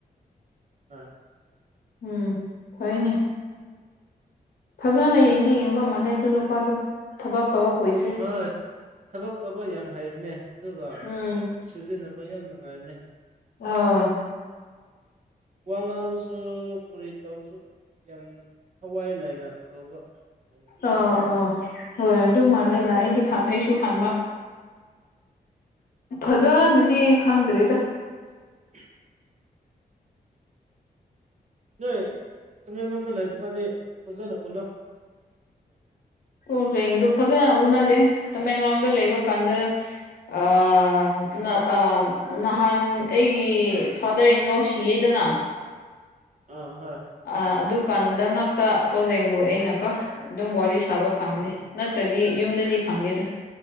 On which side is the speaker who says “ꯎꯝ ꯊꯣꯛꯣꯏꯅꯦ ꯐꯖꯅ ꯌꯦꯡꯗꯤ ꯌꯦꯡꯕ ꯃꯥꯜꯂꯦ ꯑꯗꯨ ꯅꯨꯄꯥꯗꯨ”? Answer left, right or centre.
Left